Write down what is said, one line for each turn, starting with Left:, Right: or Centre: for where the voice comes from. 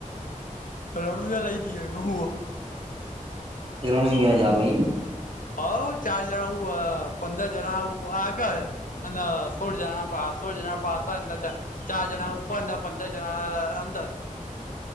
Left: રણુજા લઈ જીએ <unintelligible>
Right: રણુજા જાવ ઈમ
Left: હોવ ચાર જણા હુ અ પંદર જણા આ આગળ અને સોળ જણા પા સોળ જણા પાસળ ને ચાર જણા ઉપર ને પંદર જણા અ અંદર.